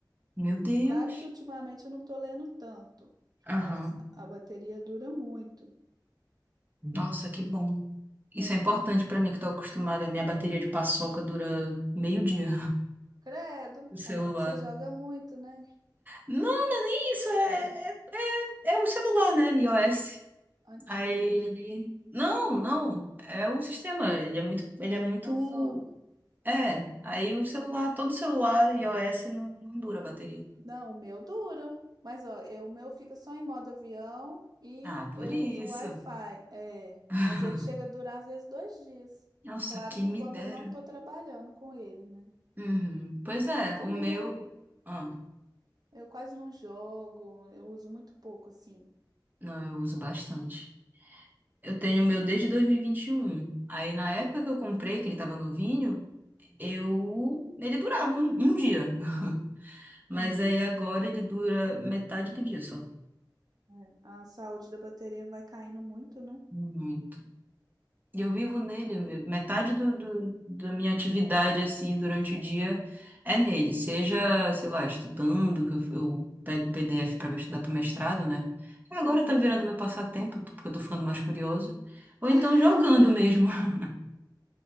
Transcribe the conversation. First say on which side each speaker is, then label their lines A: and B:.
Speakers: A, on the right (about 25°); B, on the right (about 55°).
A: Meu Deus.
B: Claro que ultimamente eu não tô lendo tanto,
A: Aham.
B: mas a bateria dura muito.
A: Nossa, que bom. Isso
B: É.
A: é importante pra mim que tô acostumada. Minha bateria de paçoca dura meio dia
B: Credo.
A: <laughs> o celular.
B: É, mas é porque você joga muito, né?
A: Não, isso é é o celular, né? iOS.
B: Antigo.
A: Aí ele Não, não, é o sistema, ele é muito ele é muito
B: Consome.
A: é, aí o celular, todo celular iOS não, não dura a bateria.
B: Não, o meu dura. Mas ó, eu- o meu fica só em modo avião e
A: Ah,
B: eu
A: por isso.
B: uso o Wi-Fi. É,
A: <laughs>
B: mas ele chega a durar às vezes dois dias.
A: Nossa,
B: Claro
A: quem
B: que
A: me
B: quando
A: dera.
B: eu não estou trabalhando com ele, né?
A: Uhum. Pois é,
B: Mas também
A: o meu.
B: eu,
A: Ah.
B: eu quase não jogo, eu uso muito pouco, assim.
A: Não, eu uso bastante. Eu tenho o meu desde dois mil e e vinte e um. Aí na época que eu comprei, que ele tava novinho, eu... Ele durava um, um dia. <laughs> Mas
B: Hum,
A: aí agora ele dura metade do dia só.
B: é. A saúde da bateria vai caindo muito, né?
A: Muito. E eu vivo nele, me- metade do, do- da minha atividade, assim, durante o dia é nele. Seja, sei lá, estudando, que eu, eu pego PDF para estudar para mestrado, né? E agora
B: Aham.
A: tá virando meu passatempo, porque eu tô ficando mais curiosa. Ou então
B: <laughs>
A: jogando mesmo. <laughs>